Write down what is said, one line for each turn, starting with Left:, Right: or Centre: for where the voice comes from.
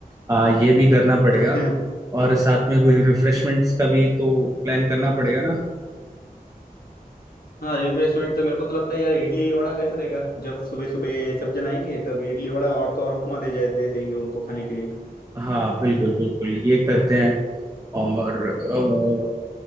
Right: आ, ये भी करना पड़ेगा
Left: <laughs>
Right: और साथ में कुछ रिफ्रेशमेंट्स का भी तो प्लान करना पड़ेगा ना
Left: हाँ रिफ्रेशमेंट तो मेरे को तो लगता है यार इडली वड़ा कैसा रहेगा जब सुबह सुबह सब जन आएंगे तब इडली वड़ा और तो और उपमा दे जाए दे देंगे उनको खाने के लिए
Right: हाँ बिल्कुल बिल्कुल ये करते हैं और अ,